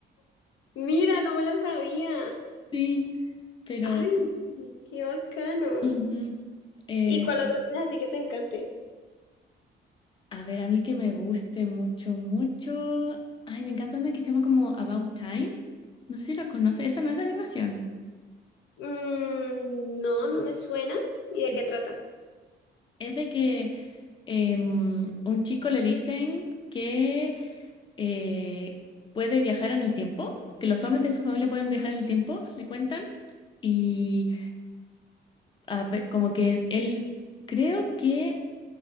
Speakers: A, on the left (about 85°); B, on the left (about 25°).
A: Mira, no me la sabía.
B: Sí, pero
A: Ay, qué bacano.
B: ujú. Eh,
A: ¿Y cuál otro tienes así que te encante?
B: a ver, a mí que me guste mucho, mucho. Ay, me encanta una que se llama como About Time. No sé si la conoces, esa no es de animación.
A: Mm, no, no me suena. ¿Y de
B: Es
A: qué trata?
B: es de que em, un chico le dicen que eh, puede viajar en el tiempo, que los hombres de su familia pueden viajar en el tiempo, le cuentan, y ah, pe- como que él creo que,